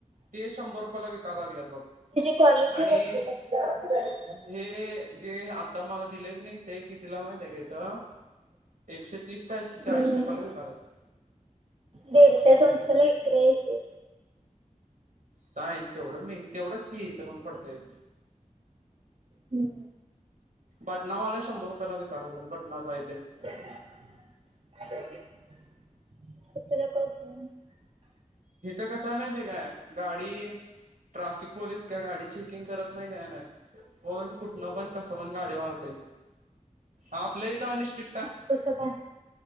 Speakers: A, on the right; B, on the right.
A: ते, शंभर रुपयाला विकाय लागलेत बघ.
B: कॉलिटी
A: आणि
B: बघत्यात असं.
A: हे जे आता मला दिलंय की नी ते कितीला माहित हाय का हिंथं एकशे तीस काय एकशे चाळीसे
B: हम्म.
A: रुपयाला विकायल्यात.
B: दीडशे दोनश्याला विक्री हाय हेची.
A: काय तेवढं मी तेवढंच की इथं पण पडतंय.
B: हम्.
A: बटनावाला शंभर रुपयाला विकाय लागल्यात बटनाचा इथे.
B: <unintelligible>
A: हिथं कसंय माहितीय काय गाडी ट्राफिक पोलीस काय गाडी चेकिंग करत नाही काय नाही. कोण कुठनं पण कस पण गाडी मारतय आपल्या इथ आणि स्ट्रि
B: अस कस काय